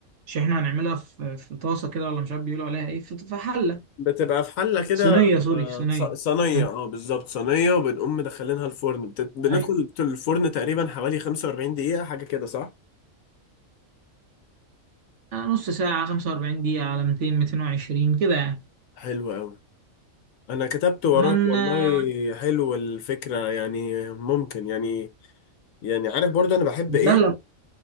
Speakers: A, on the right; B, on the left.
A: مش احنا هنعملها في في طاسه كده ولا مش عارف بيقولوا عليها ايه في في حله
B: بتبقى في حلة كده
A: صينيه سوري
B: آه،
A: صينيه
B: ص- صينية
A: هن-
B: اه بالظبط صينية وبنقوم مدخلينها الفرن بتت... بندخل
A: أيوة.
B: الفرن تقريبا حوالي 45 دقيقة حاجة كده صح؟
A: آه، نص ساعة 45 دقيقة على 200 220 كده يعني
B: حلو أوي أنا كتبت وراك
A: هن
B: والله
A: آه،
B: حلو الفكرة يعني ممكن يعني يعني عارف برضه أنا بحب
A: دي
B: إيه؟
A: سهلة